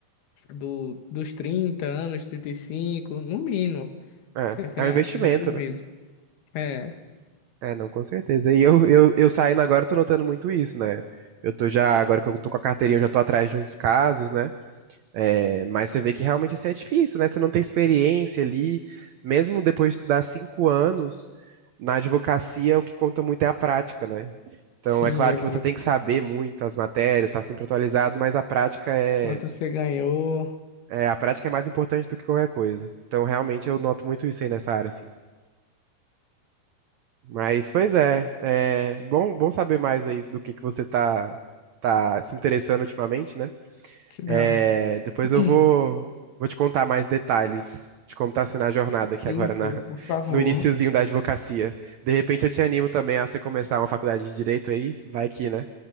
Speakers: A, on the left; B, on the right.
A: do- dos 30 anos, 35 no mínimo.
B: é.
A: Tá entendendo?
B: É um investimento,
A: Assim, dinheiro mesmo.
B: né?
A: É,
B: É, não, com certeza. E eu, eu, eu saindo agora, eu tô notando muito isso, né? Eu tô já, agora que eu tô com a carteirinha, eu já tô atrás de uns casos, né? É, mas você vê que realmente assim, é difícil, né? Você não tem experiência ali. Mesmo depois de estudar cinco anos, na advocacia o que conta muito é a prática, né? Então,
A: sim,
B: é claro
A: exato.
B: que você tem que saber muito as matérias, tá sempre atualizado, mas a prática é,
A: Quanto você ganhou?
B: é, a prática é mais importante do que qualquer coisa. Então, realmente, eu noto muito isso aí nessa área, assim. Mas, pois é, é bom, bom saber mais aí do que que você tá, tá se interessando ultimamente, né?
A: Que dá.
B: É, depois
A: <clears throat>
B: eu vou, vou te contar mais detalhes de como tá sendo a jornada
A: Sim,
B: aqui agora
A: sim,
B: na,
A: por favor.
B: no iniciozinho da advocacia. De repente eu te animo também a você começar uma faculdade de direito aí, vai que, né?